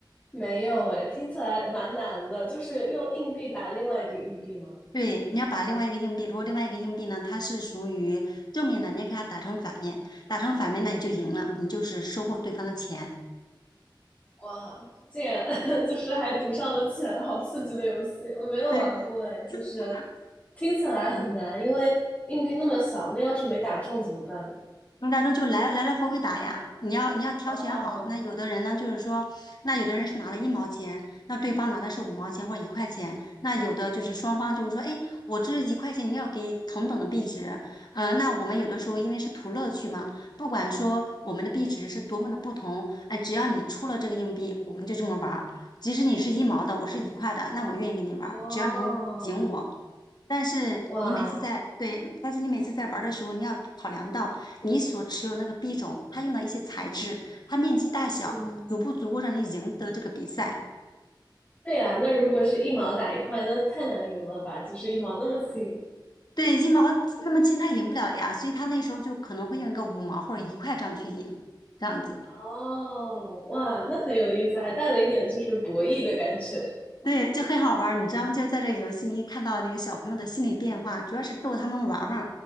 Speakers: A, on the left; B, on the left.
A: 没有诶，听起来蛮难的，就是用硬币打另外一个硬币吗？
B: 对，你要把另外一个硬币，如果另外一个硬币呢，它是属于正面的，你要给它打成反面，打成反面，那你就赢了，你就是收获对方的钱。
A: 哇，竟然 <laughs> 就是还赌上了钱，好刺激的游戏！我没有玩过哎，
B: 对，
A: 就是
B: <laughs>
A: 听起来很难，
B: 嗯、
A: 因为硬币那么小，那要是没打中怎么办呢
B: 那大众就来来来回回打呀，你要你要挑选好。
A: 哦
B: 那有的人呢，就是说，那有的人是拿了一毛钱，那对方拿的是五毛钱或者一块钱，那有的就是双方就是说，哎，我这一块钱你要给同等的币值，呃，那我们有的时候因为是图乐趣嘛，不管说我们的币值是多么的不同，哎，只要你出了这个硬币，我们就这么玩儿。即使你是一毛的，我是一块的，那我愿意跟你玩儿，
A: 哦，
B: 只要你能赢我。但是你每次在，
A: 哇，
B: 对，但是你每次在玩儿的时候，你要考量到。你所持有那个币种，它用的一些材质，它面积大小，
A: 嗯，
B: 足不足够让你赢得这个比赛？
A: 对呀，那如果是一毛打一块，那太难赢了吧？就是一毛那么轻。
B: 对，一毛那么轻，它赢不了呀，所以他那时候就可能会用一个五毛或者一块这样去赢，这样子。
A: 哦，哇，那很有意思，还带了一点就是博弈的感觉。
B: 对，就很好玩儿，你知道吗？就是在这游戏里看到那个小朋友的心理变化，主要是逗他们玩儿嘛，